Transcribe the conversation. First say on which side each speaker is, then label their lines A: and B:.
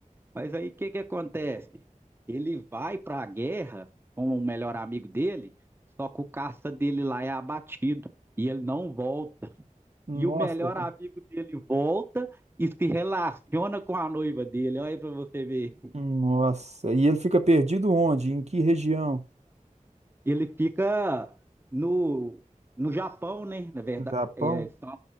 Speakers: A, on the right; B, on the right.
A: Mas aí o que que acontece? Ele vai para a guerra com o melhor amigo dele, só que o caça dele lá é abatido e ele não volta.
B: Nossa,
A: E o melhor
B: cara.
A: amigo dele volta e se relaciona com a noiva dele. Olha aí para você ver.
B: Nossa, e ele fica perdido onde? Em que região?
A: Ele fica no, no Japão, né? Na verdade,
B: No Japão?
A: é, estão,